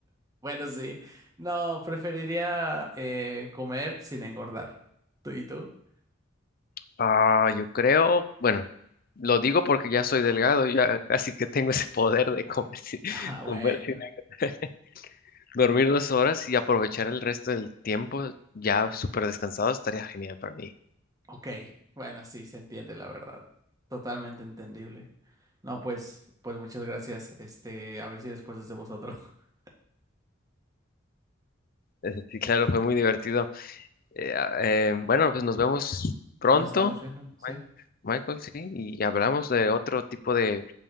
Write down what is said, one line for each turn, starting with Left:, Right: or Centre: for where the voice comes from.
Right: bueno, sí. No, preferiría eh, comer sin engordar. ¿Tú y tú? <laughs>
Left: Ah, yo creo, bueno, lo digo porque ya soy delgado, ya casi que tengo ese poder de comer sin- <laughs>
Right: Ah, bueno.
Left: comer sin engordar. <laughs> Dormir dos horas y aprovechar el resto del tiempo ya súper descansado estaría genial para mí.
Right: Ok, bueno, sí, se entiende la verdad. Totalmente entendible. No, pues, pues muchas gracias. Este, a ver si después es de vosotros. <laughs>
Left: Eh, Sí, claro, fue muy divertido. Eh, ah, eh, bueno, pues nos vemos pronto,
Right: Nos estamos viendo, ¿sí?
Left: Mi- Michael, sí, y hablamos de otro tipo de